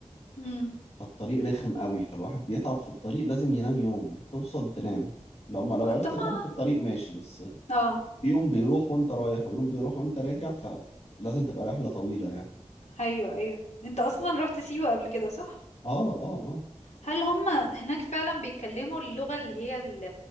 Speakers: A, on the left (about 80°); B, on the left (about 65°).
A: امم
B: فالطريق رخم قوي فالواحد بيتعب في الطريق لازم ينام يوم توصل تنام لو ما لو
A: آه،
B: عرفت
A: طب
B: تنام
A: ما
B: في الطريق ماشي بس
A: اه
B: في يوم بيروح وانت رايح ويوم بيروح وانت راجع فلازم تبقى رحلة طويلة يعني
A: ايوه ايوه انت اصلا رحت سيوه قبل كده صح
B: اه اه اه
A: هل هم هناك فعلا بيتكلموا اللغه اللي هي ال-